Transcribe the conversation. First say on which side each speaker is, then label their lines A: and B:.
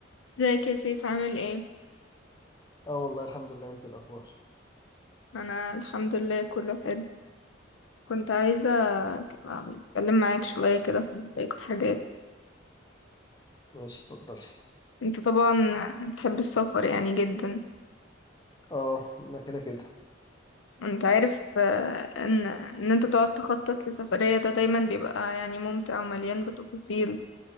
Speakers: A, on the left (about 75°); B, on the left (about 20°).
A: ازيك يا سيف عامل ايه؟
B: اه والله الحمد لله انت الاخبار
A: انا الحمد لله كله حلو كنت عايزة ك- اتكلم معاك شوية كده في رأيك في حاجات
B: ماشي اتفضلي
A: انت طبعا بتحب السفر يعني جدا
B: اه ما كده كده
A: انت عارف آه، ان ان انت تقعد تخطط لسفرية ده دايما بيبقى يعني ممتع ومليان بتفاصيل